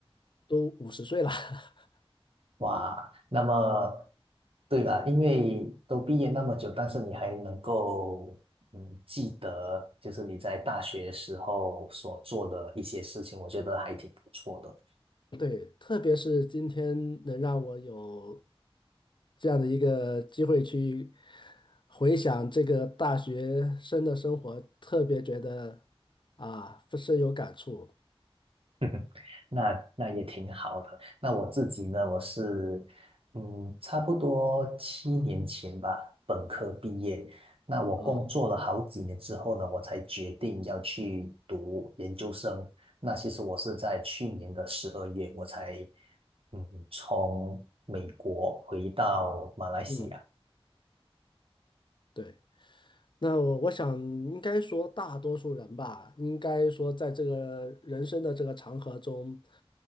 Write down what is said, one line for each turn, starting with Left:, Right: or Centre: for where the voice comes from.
Left: 都五十岁了。<laughs>
Right: 哇，那么对了，因为都毕业那么久，但是你还能够嗯记得，就是你在大学时候所做的一些事情，我觉得还挺不错的。
Left: 对，特别是今天能让我有这样的一个机会去回想这个大学生的生活，特别觉得啊，深有感触
Right: <laughs> 那那也挺好的。那我自己呢，我是嗯，差不多七年前吧，本科毕业。那我工作了好几年之后呢，
Left: 啊。
Right: 我才决定要去读研究生。那其实我是在去年的十二月，我才嗯从美国回到马来西亚。
Left: 嗯，对。那我我想，应该说大多数人吧，应该说在这个人生的这个长河中，